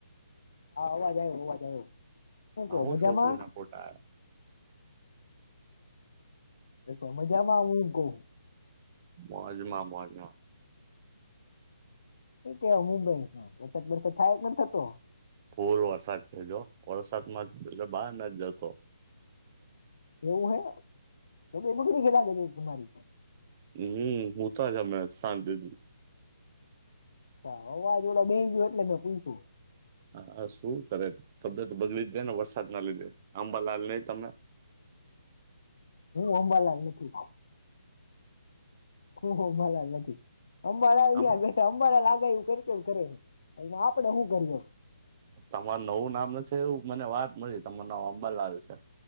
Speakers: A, on the left; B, on the right.
A: હા અવાજ આવ્યો અવાજ આવ્યો. શું કેવો
B: આહું
A: મજામાં
B: છોકરી ના ફોટા
A: એ તમે કેમ આમ મૂકો
B: મોજમાં મોજમાં
A: કેવા મુંબઈમાં વરસાદ બરસાદ થાય કે ન થતો?
B: ફૂલ વરસાદ છે જો વરસાદ માં એટલે બહાર નથ જતો.
A: એવું હે તો બે બકરી <unintelligible> તમારી
B: હમમ હું તો જમં શાંતિ થી
A: અવાજ ઓડે બે ગયો, એટલે મેં પૂછ્યું.
B: હા, શું કરે? તબિયત બગડી દે ને વરસાદ ના લીધે, આંબા લાલ નઈ તમે.
A: હું અંબાલાલ નથી. હહ મ નથી અં
B: આમ
A: ાર બેા અં લાગે એવું કર કરે <unintelligible> આપડે હું કરીયો.
B: તમારી નવું નામ નથી, એવું મને વાત મળી, તમારું નામ અંબાલાલ છે.